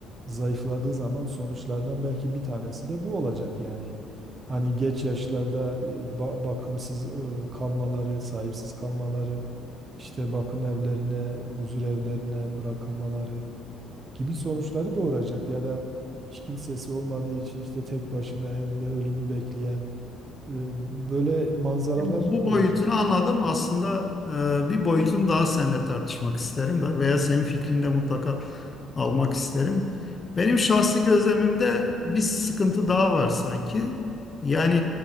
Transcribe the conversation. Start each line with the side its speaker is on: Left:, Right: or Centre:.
Right: zayıfladığı zaman sonuçlardan belki bir tanesi de bu olacak yani. Hani geç yaşlarda e, ba- bakımsız e, kalmaları, sahipsiz kalmaları, işte bakım evlerine, huzur evlerine bırakılmaları gibi sonuçları doğuracak ya da hiç kimsesi olmadığı için işte tek başına evinde ölümü bekleyen e, böyle manzaralar
Left: Bu
Right: olacak.
Left: boyutunu anladım. Aslında e, bir boyutunu daha seninle tartışmak isterim da veya senin fikrini de mutlaka almak isterim. Benim şahsi gözlemimde bir sıkıntı daha var sanki. Yani